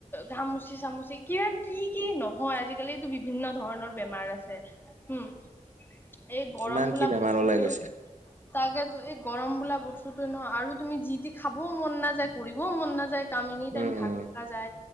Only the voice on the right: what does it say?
<unintelligible>
কিমান
কি বেমাৰ
ওলাই গৈছে।
উম
উম